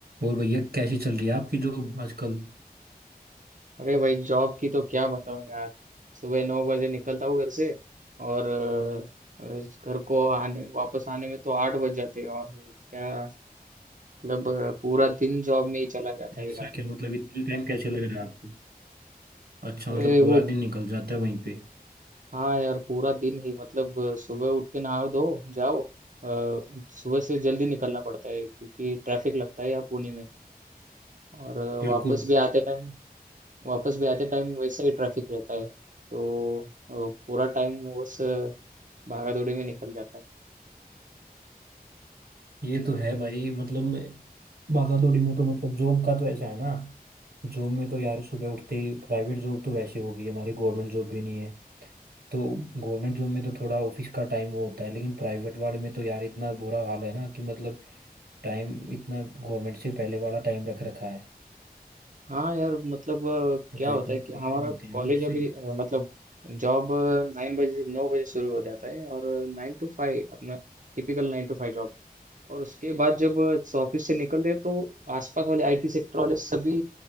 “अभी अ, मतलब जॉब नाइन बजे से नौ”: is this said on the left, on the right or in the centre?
Right